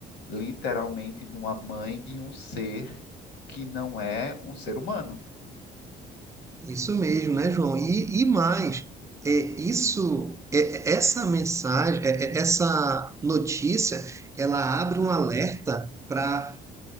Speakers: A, on the left; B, on the right.
A: literalmente numa mãe de um ser que não é um ser humano.
B: Isso mesmo, né, João? E, e mais, é, isso, é, é, essa mensagem, é, é, essa notícia, ela abre um alerta para